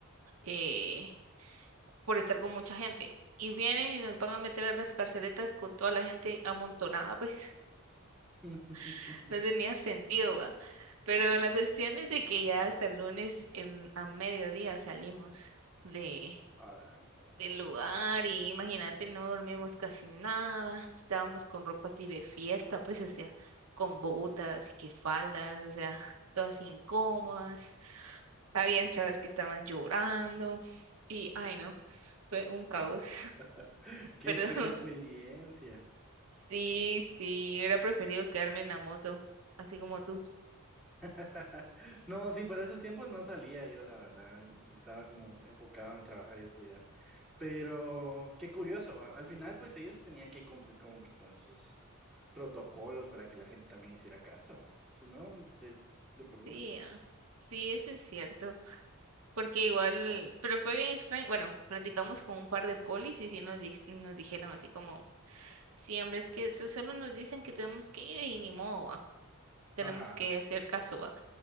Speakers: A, on the right; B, in the centre.
A: eh, por estar con mucha gente. Y vienen y nos van a meter a las carceletas con toda la gente amontonada, pues,
B: <laughs>
A: <laughs> no tenía sentido, ¿va? Pero
B: No.
A: la cuestión es de que ya hasta el lunes en, a mediodía salimos de,
B: A la no.
A: del lugar y imagínate, no dormimos casi nada, estábamos con ropa así de fiesta, pues, o sea, con botas y que faldas, o sea, <laughs> todas incómodas. Habían chavas que estaban llorando y, ay no, fue un caos. <laughs>
B: <laughs> Qué
A: Perdón.
B: fea experiencia.
A: Sí, sí, hubiera preferido quedarme en la moto, así como tú.
B: <laughs> No, sí, para esos tiempos no salía yo, la verdad. Estaba como enfocado en trabajar y estudiar. Pero qué curioso. a- Al final, pues ellos tenían que cumplir como que con sus protocolos para que la gente también hiciera caso. Si no, de, de por gusto.
A: Sí, ah, sí, eso es cierto. Porque igual, pero fue bien extraño. Bueno, platicamos con un par de polis y sí nos, di- nos dijeron así como, siempre es que eso solo nos dicen que tenemos que ir y ni modo, ah, Tenemos
B: Ajá.
A: que hacer caso, ah".